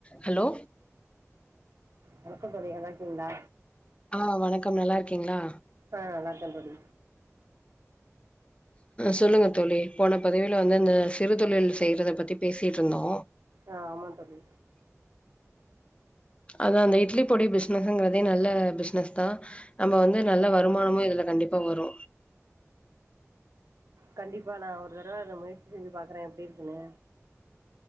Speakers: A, on the left; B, on the right.
A: Hello
B: வணக்கோ தோழி நல்லா இருக்கீங்களா
A: ஆ வணக்கம் நல்லா இருக்கீங்களா
B: ஆ நல்லா இருக்கேன் தோழி
A: சொல்லுங்க தோழி போன பதீவில வந்து இந்த சிறு தொழில் செய்யறத பத்தி பேசிட்டுருந்தோ
B: ஆ ஆமா தோழி
A: அதா அந்த இட்லி பொடி பிஸ்னஸுங்கறது நல்ல பிசினஸ் தா நம்ம வந்து நல்ல வருமானமு இதுல கண்டிப்பா வரு
B: கண்டிப் ப்பா நா ஒரு தடரவா அத முய செஞ்சி பாக்குறே எப்பிடி இருக்குன்னு